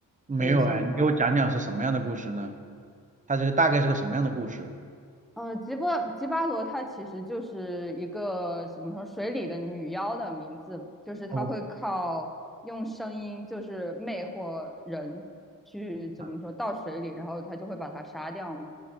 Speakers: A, on the right; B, in the centre.
A: 没有哎，
B: 这个相关。
A: 你给我讲讲是什么样的故事呢？它这个大概是个什么样的故事
B: 呃，吉巴吉巴罗它其实就是一个怎么说水里的女妖的名字，就是它会靠用声音就是魅惑人去怎么说到水里，
A: ？OK 啊，
B: 然后他就会把它杀掉嘛。